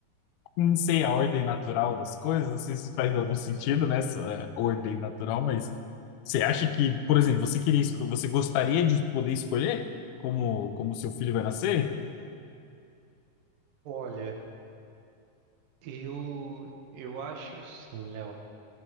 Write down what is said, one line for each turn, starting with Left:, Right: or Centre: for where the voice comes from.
Left: com, não sei, a ordem natural das coisas, não sei se faz algum sentido nessa é, ordem natural, mas você acha que, por exemplo, você queria, esco- você gostaria de poder escolher como, como seu filho vai nascer?
Right: Olha, eu eu acho assim, Léo.